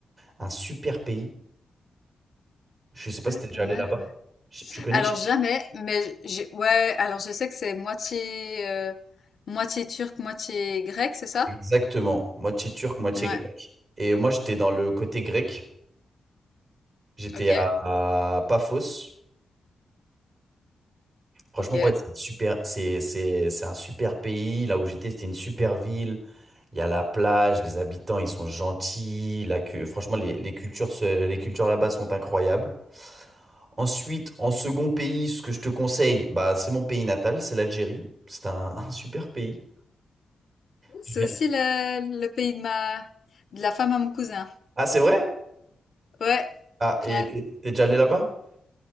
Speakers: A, on the right (about 50°); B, on the left (about 60°).
A: un super pays. Je sais pas
B: Ah,
A: si t'es déjà
B: pas mal.
A: allé là-bas.
B: ouais.
A: Je- Tu connais?
B: Alors
A: Chypre
B: jamais, mais j'ai- ouais. Alors je sais que c'est moitié euh, moitié turc, moitié grec, c'est ça?
A: Exactement. Moitié turc, moitié
B: Ouais.
A: grec. Et moi, j'étais dans le côté grec. J'étais
B: Ok.
A: à, à Paphos. Franchement,
B: Ok.
A: ouais, c'est super. C'est, c'est, c'est un super pays. Là où j'étais, c'était une super ville. Il y a la plage, les habitants, ils sont gentils. La, cu- franchement, les, les cultures, se- les cultures là-bas sont incroyables. Ensuite, en second pays, ce que je te conseille, bah, c'est mon pays natal, c'est l'Algérie. C'est un, <laughs> un super pays. Je
B: C'est
A: viens-
B: aussi le, le pays de ma de la femme à mon cousin.
A: Ah, c'est vrai?
B: Ouais.
A: Ah, et
B: Ouais.
A: t'es t'es déjà allé là-bas?